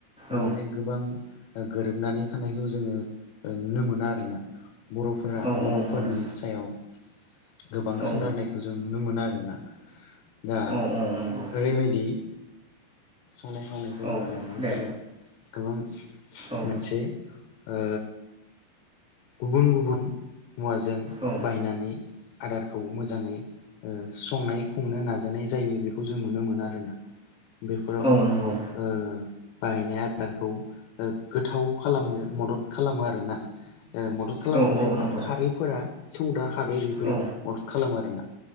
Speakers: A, in the centre; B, on the left.
A: औ
B: माने गोबां गोरोबनानै थानायखौ जोङो नुनो मोना आरो ना बर'फोरा
A: औ
B: बर'फोरनि
A: औ मोनो
B: सायाव गोबां
A: औ
B: सोनारनायखौ जों नुनो मोनो आरो ना दा
A: औ औ नंगौ
B: ओरैबायदि संनाय खावनायखौ
A: औ
B: लानानै
A: दे
B: जोङो गोबां
A: औ
B: मोनसे ओ गुबुन गुबुन मुवाजों
A: औ
B: बायनानै आदारखौ मोजाङै ओ संनाय खुंनो नाजानाय जायो बेखौ जों नुनो मोनो आरोना बेफोराव
A: औ नंगौ
B: ओ बाहायनाय आदारखौ ओ गोथाव खालामनो मदद खालामो आरोना ओ मदद खालामो
A: औ
B: माने
A: औ
B: मा
A: नंगौ
B: खारैफोरा सौदा खारै बेफोरो
A: औ
B: मदद खालामो आरोना